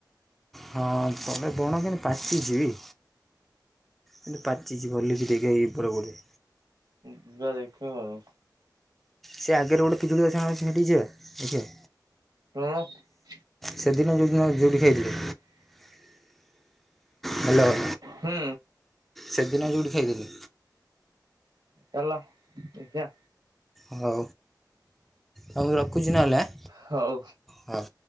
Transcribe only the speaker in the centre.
ହଁ ତଳେ ବଣ କିନ୍ତୁ ପାଚିଚି। କିନ୍ତୁ ପାଚିଚି ଭଲକି ଦେଖ୍ ଏଇ ଉପର ପଟେ।
ସେ ଆଗରେ ଗୋଟେ ପିଜୁଳି ଗଛ ହେଠିକି ଯିବା ଦେଖିବା।
ସେଦିନ ଯେଉଁଦିନ ଯୋଉଠି ଖାଇଥିଲେ। ହ୍ୟାଲୋ
ସେଦିନ ଯୋଉଠି ଖାଇଥିଲେ।
ହଉ। ହଉ ମୁଁ ରଖୁଚି ନହେଲେ ଆଁ।
ହଉ।